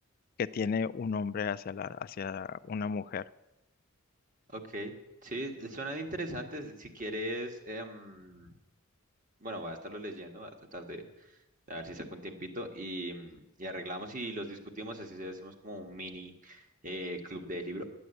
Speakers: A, on the left (about 45°); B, on the right (about 40°).
A: que tiene un hombre hacia la, hacia una mujer.
B: Ok. Sí, suenan interesantes. Si quieres, em, Bueno, voy a estarlo leyendo, voy a tratar de, de ver si saco un tiempito y, mm, y arreglamos y los discutimos, así se hacemos como un mini eh, club de libro.